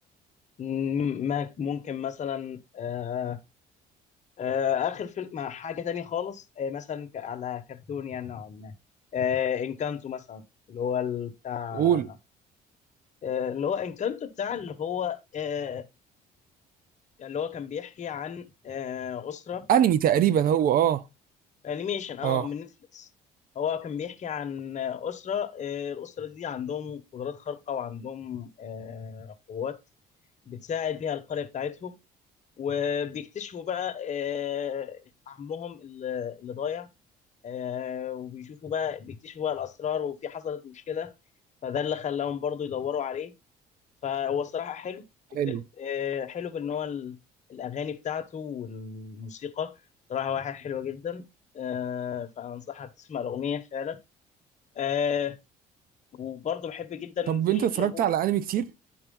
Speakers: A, on the left; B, on the right.
A: مم، ما- ممكن مثلا آه آه آخر فيلم مع حاجة تانية خالص آه مثلا ك- على كرتون يعني نوعا ما آه إنكانتو مثلا اللي هو ال- بتاع
B: قول
A: آه، اللي هو انكانتو بتاع اللي هو آه، يعني اللي هو كان بيحكي عن آه، أسرة
B: انمي تقريبا هو اه
A: أنيميشن أه
B: اه
A: من نتفليكس هو كان بيحكي عن آه، أسرة آه، الأسرة دي عندهم قدرات خارقة وعندهم آه، قوات بتساعد بيها القرية بتاعتهم وبيكتشفوا بقى آه، عمهم اللي اللي ضايع آه، وبيشوفوا بقى بيكتشفوا بقى الأسرار وفي حصلت مشكلة فده اللي خلاهم برضو يدوروا عليه فهو الصراحة حلو فكرة
B: حلو
A: آه، حلو بإن هو ال- الأغاني بتاعته والموسيقى صراحة واحد حلوة جدا آه، فأنصحك تسمع الأغنية فعلا آه، وبرضه بحب جدا
B: طب
A: فيه
B: انت اتفرجت
A: اللي هو
B: على انمي كتير